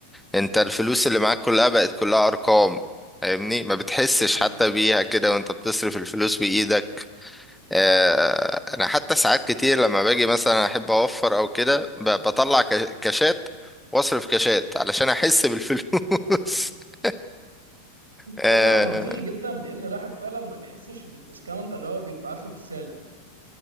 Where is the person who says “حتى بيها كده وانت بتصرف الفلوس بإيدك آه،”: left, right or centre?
Centre